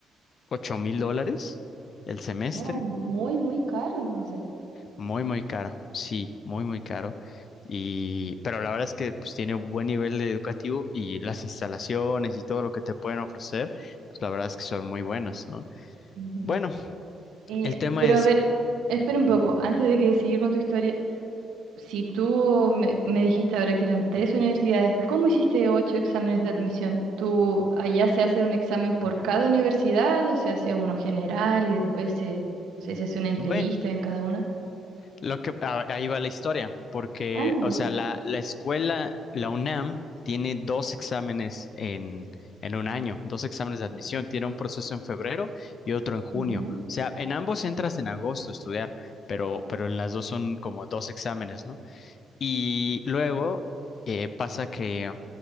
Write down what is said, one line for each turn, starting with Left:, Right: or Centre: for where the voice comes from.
Left: ocho mil dólares el semestre.
Right: Oh, muy, muy caro entonces.
Left: Muy, muy caro, sí, muy, muy caro. Y, pero la verdad es que pues, tiene un buen nivel de educativo y las instalaciones y todo lo que te pueden ofrecer, pues la verdad es que son muy buenas, ¿no?
Right: Ujú.
Left: Bueno,
Right: Y,
Left: el tema
Right: pero
Left: es,
Right: a ver, espera un poco, antes de que seguir con tu historia. Si tú me, me dijiste ahora que eran tres universidades, ¿cómo hiciste ocho exámenes de admisión? ¿Tú allá se hace un examen por cada universidad o se hace uno general y después se, no sé, se hace una entrevista
Left: ve-
Right: en cada una?
Left: Lo que a- ahí va la historia, porque,
Right: Ah,
Left: o
Right: ya.
Left: sea, la, la escuela, la UNAM, tiene dos exámenes en, en un año, dos exámenes de admisión. Tiene un proceso en febrero y otro en junio.
Right: Ujú.
Left: O sea, en ambos entras en agosto a estudiar, pero, pero en las dos son como dos exámenes, ¿no? Y luego eh, pasa que,